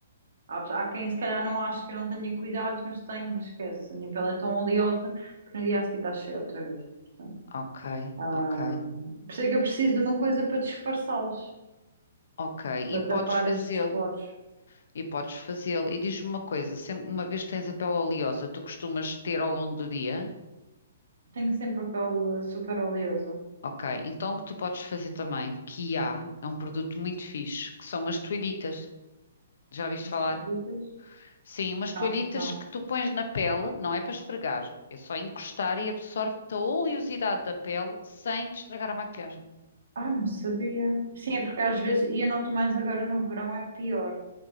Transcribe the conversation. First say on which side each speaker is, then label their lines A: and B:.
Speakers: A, on the right (about 65°); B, on the left (about 65°).
A: Há, pe- há quem se calhar não acha que eu não tenha cuidados, mas tenho, mas esquece. A minha pele é tão oleosa que no dia a seguir está cheia outra vez. Portanto,
B: ok,
A: ah,
B: ok,
A: por isso é que eu preciso de uma coisa para disfarçá-los,
B: ok.
A: para
B: E podes
A: tapar
B: fazê-lo.
A: estes poros.
B: E podes fazê-lo. E diz-me uma coisa, sempre, uma vez que tens a pele oleosa, tu costumas ter ao longo do dia?
A: Tenho sempre a pele super oleosa.
B: Ok, então o que tu podes fazer também, que há, é um produto muito fixe, que são umas toalhitas. Já viste
A: Estas
B: falar?
A: ditas?
B: Sim, umas
A: Não,
B: toalhitas
A: não.
B: que tu pões na pele, não é para esfregar, é só encostar e absorve-te a oleosidade da pele sem te estragar a maquilhagem.
A: Ah, não sabia. Sim, é porque às vezes, e eu noto mais agora no verão, é pior.